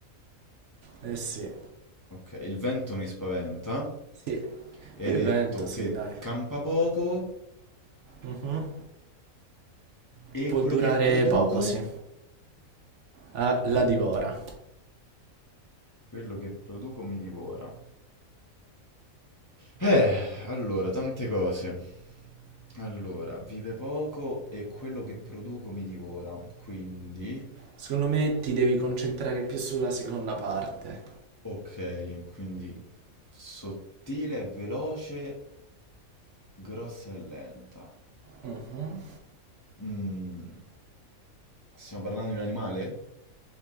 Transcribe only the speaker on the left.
Ok, il vento mi spaventa.
E
hai detto
che
campa poco
e
quello
che produco...
Quello che produco mi divora. Eh, allora, tante cose. Allora, vive poco e quello che produco mi divora. Quindi,
ok, quindi sottile e veloce, grossa e lenta.
Mm, stiamo parlando di un animale?